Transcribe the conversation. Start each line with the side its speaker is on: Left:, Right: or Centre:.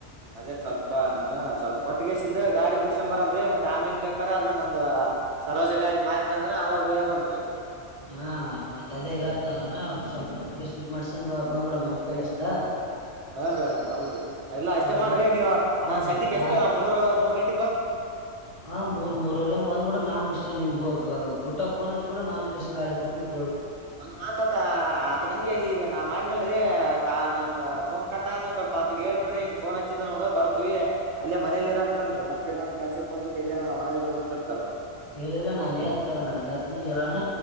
Right: ಅದೇ ಸ್ವಲ್ಪ ಹ ಸ್ವಲ್ಪ ಕೊಟ್ಟಗಸಿಂದ ಗಾಡಿ ಬಿಡ್ಸ ಬರಾಮ್ರೀ ಮತ್ತತ್ ಆಮೇಲೆ ಬೇಕಾರ ಅದ ನಂದ ಸರೋಜ ಗಾಡಿ ಮಾರತ ಅಂದ್ರ ಅವಾಗ ಹಯ್ಯಮಂತ್ರಿ
Left: ಹಾ ಮತ್ತೆ ಅದೇ ಇವತ್ನಾಲ್ ಅನಾ ಸ್ವಲ್ಪ ಕೊಟ್ಟಷ್ಟ್ ಮಾಡ್ಸನ್ ಬ ಬಂದ್ಬಿಡ ಕೈಲಸಿಂದ
Right: ಹನ್ೀ ಹೌದ್ರಿ ಇಲ್ಲಾ ಅಷ್ಟೇ
Left: ಅದ
Right: ಮಾಡ್ರಿ
Left: ಮತ್
Right: ನೀವು
Left: ಅವ್ನಿಗೆ
Right: ನಾನ್ ಸಂಜೆಕ್ ಎಷ್ಟ
Left: ಯಾ
Right: ಮೂರ ಮೂರ್ ಗಂಟೆ
Left: ಹಾ ಮೂರ್ ಮೂರ್ವರೆಗಂಗಗೆ ಬಂದ್ಬಿಡ ನಾನ್ ಇಷ್ಟೇ ನಿನ್ ಹೋಗ ಗ ಬುಟ್ಟಕ್ಕೆೋಚ್ುೂಡ ನನ್ ಎಲ್ಲೆಸ್ ಗಡಿ ಪಡ್ತ
Right: ಒಂದ್ ಮಾತತ ಆತ್ಗಂಗೆ ಈಗ ನಾ ಮಾಡಿನಲ್ ೀ ನಂದು ಫೋನ್ ಕಟ್ಗಣ ಸ್ವಲ್ಪ ಆತ್ ಹೇಳ್ ಬಿಡ್ರಿ ಹಿಂಗ ಫೋನ್ ಹಚ್ಚಿದ ನೋಡು ಬರ್ತ್ವಿ ಅಲ್ಲೇ ಮನೇಲಿ ಇರ ಅಂತನ್ೀ ಮತ್ತೆಲ್ಲನ ಕೆಲ್ಸಕ್ ಪಲ್ಸಕ್ ಎಲ್ಲನೋ ಹೊರಗಡೆ ದ್ತಿರ್ತಾರ ಅವ್
Left: ಇಲ್ಲ ಇಲ್ಲ ನಾನ್ ತ್ ತಗ ನಾನನ್ ಯತನ ಹೇಳಣ